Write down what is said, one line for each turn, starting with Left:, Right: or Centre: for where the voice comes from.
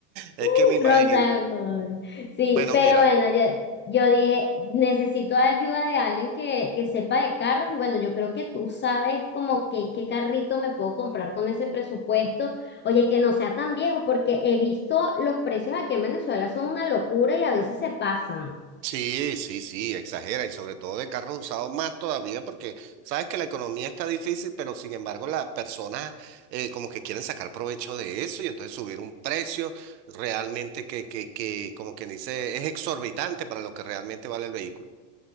Right: es
Left: <laughs>
Right: que me imagino.
Left: Rosa Gold. Sí,
Right: Bueno,
Left: pero
Right: mira.
Left: bueno, yo, yo dije, necesito ayuda de alguien que, que sepa de carros y bueno, yo creo que tú sabes como que qué carrito me puedo comprar con ese presupuesto. Oye, que no sea tan viejo porque he visto los precios aquí en Venezuela son una locura y a veces se pasan.
Right: Sí, sí, sí, exagera y sobre todo de carros usados más todavía porque sabes que la economía está difícil, pero sin embargo las personas eh, como que quieren sacar provecho de eso y entonces subir un precio realmente que, que, que como quien dice es exorbitante para lo que realmente vale el vehículo.